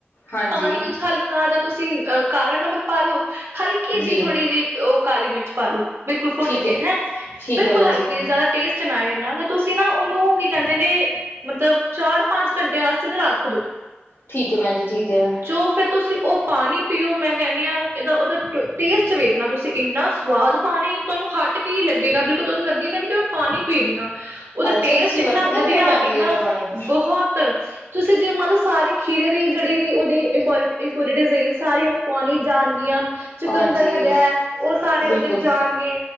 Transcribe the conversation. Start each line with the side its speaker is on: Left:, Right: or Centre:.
Left: ਹਾਂਜੀ
Right: ਪਾਣੀ ਵਿੱਚ ਹਲਕਾ ਜਿਹਾ- ਤੁਸੀਂ ਕਾਲਾ ਨਮਕ ਪਾ ਲਉ। ਹਲਕੀ
Left: ਜੀ
Right: ਜਿਹੀ ਉਹ ਕਾਲੀ ਮਿਰਚ ਪਾ ਲੋ ਬਿਲਕੁਲ ਕੁੱਟਕੇ
Left: ਠੀਕ ਹੈ,
Right: ਹੈਂ,
Left: ਠੀਕ
Right: ਬਿਲਕੁਲ
Left: ਹੈ ਭੈਣ
Right: ਹਲਕੇ
Left: ਜੀ,
Right: ਜਿਆਦਾ ਟੇਸਟ ਨਾ ਆਏ ਐਨਾ, ਤੁਸੀਂ ਨਾ ਉਹਨੂੰ ਕੀ ਕਹਿੰਦੇ ਨੇ, ਮਤਲਬ ਚਾਰ-ਪੰਜ ਘੰਟੇ ਵਾਸਤੇ ਨਾ ਰੱਖ ਦੋ।
Left: ਠੀਕ। ਠੀਕ ਹੈ ਭੈਣ ਜੀ, ਠੀਕ ਹੈ।
Right: ਜੋ ਫਿਰ ਤੁਸੀਂ ਉਹ ਪਾਣੀ ਪੀਓ। ਮੈਂ ਕਹਿੰਦੀ ਹਾਂ, ਇਹਦਾ ਉਹਦਾ ਟੇਸਟ ਵੇਖਣਾ ਤੁਸੀਂ। ਇੰਨਾ ਸਵਾਦ ਪਾਣੀ, ਤੁਹਾਨੂੰ ਹਟ ਕੇ ਹੀ ਲੱਗੇਗਾ, ਬਿਲਕੁਲ। ਤੁਹਾਨੂੰ ਲੱਗੇਗਾ ਨਹੀਂ ਕਿ ਮੈਂ ਪਾਣੀ ਪੀ ਰਹੀ ਹਾਂ। ਉਹਦਾ
Left: ਅੱਛਾ
Right: ਟੇਸਟ
Left: ਤੁਸੀਂ
Right: ਇੰਨਾ
Left: ਵਰਤਦੇ
Right: ਵਧੀਆ,
Left: ਪਏ ਹੋ ਭੈਣ
Right: ਇੰਨਾ
Left: ਜੀ ਇਹ ਵਾਲਾ ਪਾਣੀ,
Right: ਬਹੁਤ, ਤੁਸੀਂ ਜੇ ਮੰਨੋ ਸਾਰੀ ਖੀਰੇ ਦੀ ਜਿਹੜੀ ਵੀ ਉਹਦੀ ਇੰਪੋਰ-ਇੰਪੋਰੀਟਿਸ ਹੈਗੀਆਂ, ਸਾਰੀਆਂ ਉਹ ਪਾਣੀ ਚ ਆ ਜਾਣਗੀਆਂ। ਚੁਕੰਦਰ
Left: ਹਾਂਜੀ
Right: ਹੈਗਾ, ਉਹ ਸਾਰੇ
Left: ਬਿਲਕੁਲ।
Right: ਗੁਣ ਜਾਣਗੇ,